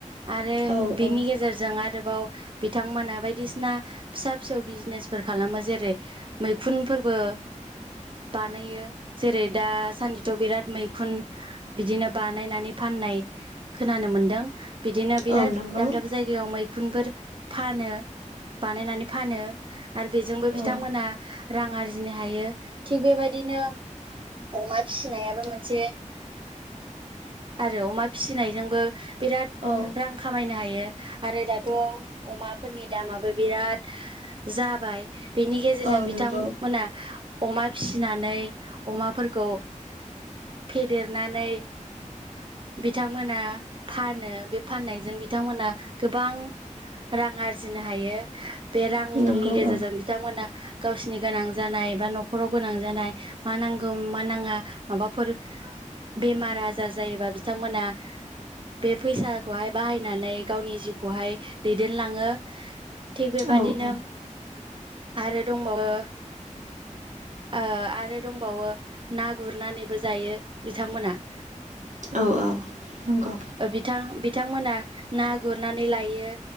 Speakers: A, on the right; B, on the right.
A: आरो
B: औ
A: बिनि
B: औ
A: गेजेरजों आरोबाव बिथांमोना बायदिसिना फिसा फिसौ बिजनेस। फोर खालामो जेरै मैखुनफोरबो। बानायो जेरै दासान्दिथ' बिराद मैखुन। बिदिनो बानायनानै फाननाय खोनानो मोनदों बिदिनो बिराद
B: औ नंगौ
A: दाब दाब जायगा। सियाव मैखुनफोर फानो बानायनानै फानो। आरो बेजोंबो बिथांमोना
B: औ
A: रां आरजिनो हायो थिग बेबायदिनो। अमा फिसिनायाबो मोनसे। आरो अमा फिसिनायजोंबो बिराद
B: औ
A: रां। खामायनो हायो आरो दाथ' अमाफोरनि दामाबो बिराद जाबाय। बेनि गेजेरजों
B: औ
A: बिथांमोना।
B: नंगौ
A: अमा फिसिनानै अमाफोरखौ फेदेरनानै। बिथांमोना फानो बे फाननायजों बिथांमोना गोबां। रां आरजिनो हायो बे रांनि
B: नंगौ
A: गेजेरजों
B: औ
A: बिथांमोना। गावसिनि गोनां जानाय बा न'खराव गोनां जानाय। मा नांगौ मा नाङा माबाफोर। बेमार आजार जायोबा बिथांमोना। बे फैसाखौहाय बाहायनानै गावनि जिउखौहाय दैदेनलाङो। थिग बेबायादिनो।
B: औ औ
A: आरो दंबावो। ओ आरो दंबावो ना गुरनानैबो जायो बिथांमोना। <inaudible>
B: औ औ नंगौ।
A: बिथां बिथांमोना ना गुरनानै लायो।